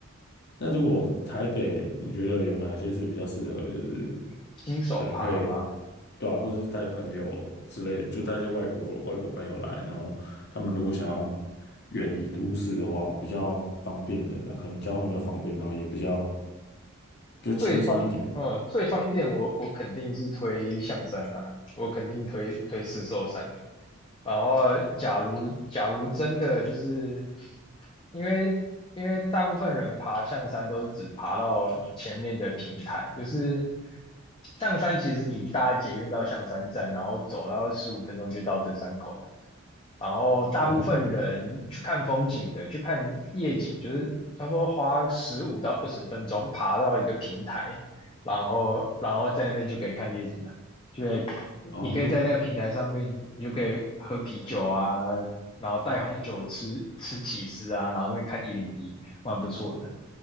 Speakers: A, on the left (about 50°); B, on the left (about 25°).
A: 那如果台北，你觉得有哪些是比较适合，就是
B: <laughs> 新手爬吗？
A: 可能可以，对啊，或者是带朋友之类，就带一些外国外国朋友来，然后他们如果想要远离都市的话，比较方便的，那可能交通比较方便，然后也比较比较轻松一点。
B: 最方，呃，最方便我我肯定是推象山呐、我肯定推推四兽山。然后，
A: 哦
B: 假如假如真的就是因为因为大部分人爬象山都是只爬到前面的平台，就是象山其实你搭捷运到象山站，然后走，然后十五分钟就到登山口了。然后大部分人去看风景的，
A: 哦
B: 去看夜景，就是差不多花十五到二十分钟爬到一个平台，然后然后在那边就可以看夜景了，就可以
A: 哦
B: 你可以在那个平台上面，你就可以喝啤酒啊，然后带红酒吃吃起司啊，然后这边看一零一，蛮不错的。